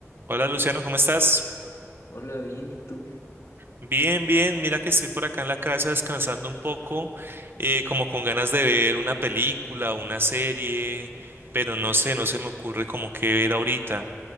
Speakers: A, on the right; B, on the left.
A: Hola Luciano, ¿cómo estás?
B: Hola, bien, ¿y tú?
A: Bien, bien, mira que estoy por acá en la casa descansando un poco, eh, como con ganas de ver una película o una serie, pero no sé, no se me ocurre como qué ver ahorita.